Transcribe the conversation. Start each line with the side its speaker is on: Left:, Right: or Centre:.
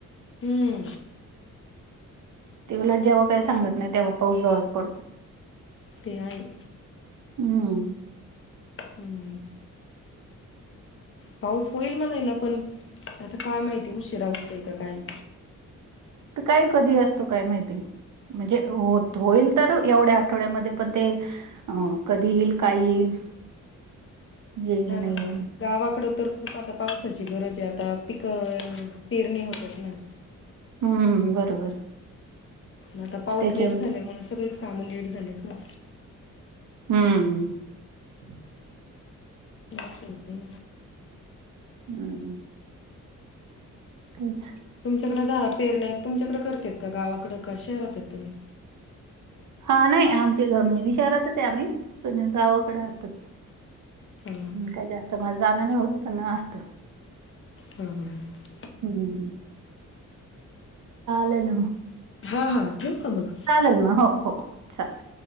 Left: तीन
Right: तेवलट जेव्हा काही सांगत नाही तेव्हा पाऊस जरत पडतो.
Left: तेय.
Right: हम्.
Left: हम्म. पाऊस होईल मणाला पण आता काय माहिती उशीिरा होतोय का काय.
Right: तर काय कधी असतो काय माहिती. म्हणजे होत होईल तर एवढ्या आठवड्यामध्ये पण ते अ कधी येईल काय येईल. येईल
Left: ह
Right: नाही
Left: ना
Right: येईल
Left: गावाकड तर खूप आता पावसाची गरज आहे आता पिकं पेरणी होतात ना
Right: हम्मम् बरोबर.
Left: आता पाऊस
Right: त्याच्यावर
Left: लेट झालाय म सगळीच काम लेट झालेत ना
Right: हम्म हम्
Left: बस होते.
Right: हम्म कच
Left: तुमच्याकडे जा पेरणे तुमच्याकडे करत का गावाकडडे का शहरात आहेत तुम्ही
Right: हा नाही आमचे ग म्हणजे मी शहरातच आहे आम्ही पण गावाकडे असतात.
Left: ह.
Right: काही जास्त मझ जाण नाही होत पण असतं.
Left: हो
Right: हम् लेल
Left: हां हां ठेवू का मग
Right: चालेल म हो हो चालेल